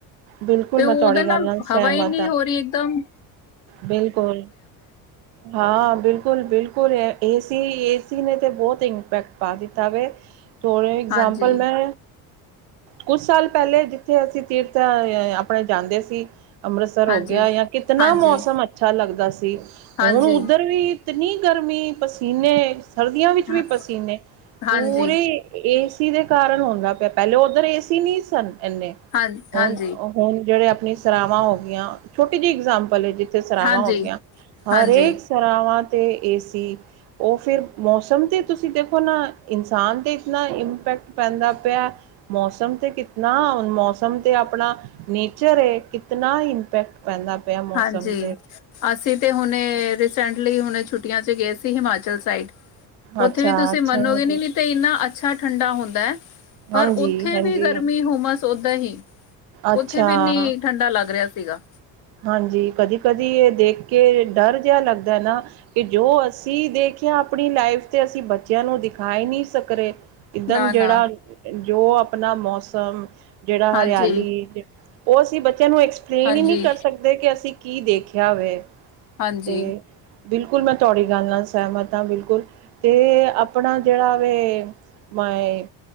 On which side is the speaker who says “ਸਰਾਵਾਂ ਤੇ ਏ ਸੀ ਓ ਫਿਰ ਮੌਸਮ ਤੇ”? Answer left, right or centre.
Right